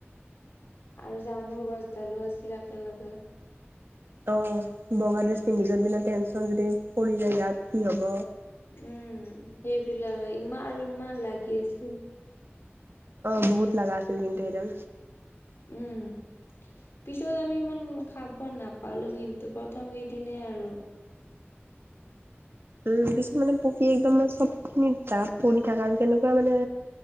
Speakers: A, on the left; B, on the right.
A: আৰু জামুৰ গছডালো আছিল একেলগে
B: অ বগা ড্ৰেছ পিন্ধি য'ত দিনা টেনচন যদি পৰি যায় ইয়াত কি হ'ব।
A: উম সেইবিলাকে ইমান আৰু ইমান লাগি আছিল।
B: অ বহুত লাগা আছিল কিন্তু সেইডাল।
A: উম। পিছত আমি ইমান খাব নাপালো কিন্তু প্ৰথম কেইদিনে আৰু।
B: উম পিছত মানে পকি একদম মানে চবখিনি তাত পৰি থাকে আৰু কেনেকোৱা মানে